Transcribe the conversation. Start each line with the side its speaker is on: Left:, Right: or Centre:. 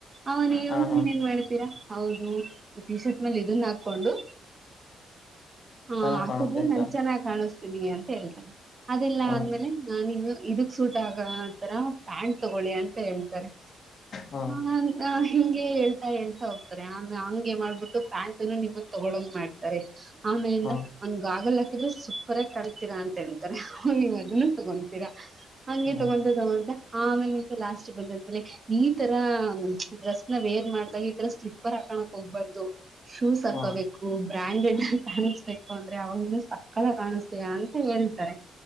Right: ಅವ ನೀವು
Left: ಹಾ ಹಾ
Right: ಇನ್ನೇನ್ ಮಾಡ್ತೀರಾ. ಹೌದು ಈ ಟಿ ಶರ್ಟ್ ಮೇಲೆ ಇದುನ್ನ ಹಾಕೊಂಡು. ಹಾ
Left: ಚೆನ್ನಾಗ್
Right: ಹಾಕುದ್ಮೇಲ್
Left: ಕಾಣುತ್ತೆ ಅಂತ
Right: ನಾನ್ ಚೆನ್ನಾಗ್ ಕಾಣಿಸ್ತೀನಿ ಅಂತ ಹೇಳ್ತಾರೆ. ಅದೆಲ್ಲ
Left: ಹ
Right: ಅಂದ್ಮೇಲೆ ನಾನಿನ್ನು. ಇದುಕ್ ಸೂಟ್ ಆಗೊ ತರ ಪ್ಯಾಂಟ್ ತಗೊಳ್ಳಿ ಅಂತ ಹೇಳ್ತಾರೆ
Left: ಹಾ
Right: ಹ ಹಿಂಗೆ ಹೇಳ್ತಾ ಹೇಳ್ತ ಹೋಗ್ತಾರೆ ಆಮೆ ಹಂಗೆ ಮಾಡ್ಬಿಟ್ಟು ಪ್ಯಾಂಟುನು ನಿಮ್ ತಗೊಳೊ ಹಂಗ್ ಮಾಡ್ತಾರೆ ಆಮೇಲಿಂದ
Left: ಹಾ
Right: ಒಂದ್ ಗಾಗಲ್ ಹಾಕಿದ್ರೆ ಸೂಪರ್ ಆಗಿ ಕಣ್ತೀರಾ ಅಂತ ಹೇಳ್ತಾರೆ ನೀವು ಅದುನ್ನು ತಗೊತೀರಾ ಹಂಗೆ
Left: ಹ್ಮ
Right: ತಗೊಂತ ತಗೊಂತ ಆಮೇಲೆ ನಿಂತ ಲಾಸ್ಟ್ ಬಂದ ಮೇಲೆ ಈ ತರ ಡ್ರೆಸ್ನ ವೇರ್ ಮಾಡ್ದಾಗ ಈ ತರ ಸ್ಲಿಪರ್ ಹಾಕಣಕ್ ಹೋಗ್ಬಾರ್ದು ಶೂಸ್ ಹಾಕೋಬೇಕು.
Left: ಹಾ
Right: ಬ್ರ್ಯಾಂಡೆಡ್ ಕಾಣಿಸ್ಬೇಕು ಅಂದ್ರೆ ಅವಾಗ ಸಕ್ಕತಾಗ್ ಕಾಣಿಸತೀರಾ ಅಂತ ಹೇಳ್ತಾರೆ,